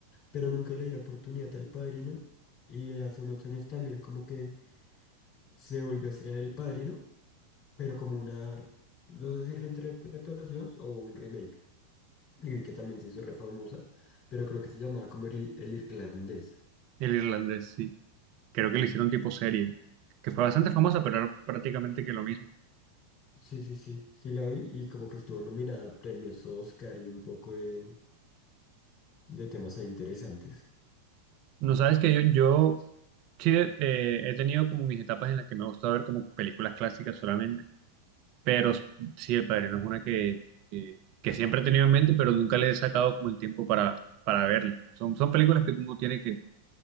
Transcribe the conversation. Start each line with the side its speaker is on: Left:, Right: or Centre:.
Left: pero nunca le di la oportunidad al Padrino. Y hace unos años también como que se volvió a estrenar El Padrino, pero como una, r- no sé si reinterpretación o un remake. Y vi que también se hizo re famosa, pero creo que se llamaba como el, i- el irlandés.
Right: El irlandés, sí. Creo que le hicieron tipo serie, que fue bastante famosa, pero era prácticamente que lo mismo.
Left: Sí, sí, sí, sí la vi y como que estuvo nominada a premios Oscar y un poco de, de temas ahí interesantes.
Right: No sabes que yo, yo sí eh, he tenido como mis etapas en las que me ha gustado ver como películas clásicas solamente, pero s- sí, El Padrino es una que, que, que siempre he tenido en mente, pero nunca le he sacado como el tiempo para, para verla. Son, son películas que uno tiene que